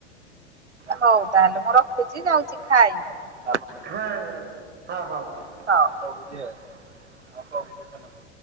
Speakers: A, on the right (about 85°); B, on the right (about 30°).
A: ହଉ ତାହେଲେ ମୁଁ ରଖୁଚି ଯାଉଚି ଖାଇବି।
B: ହଁ ଯାଆନ୍ତୁ। ହ ହଉ।
A: ହଉ।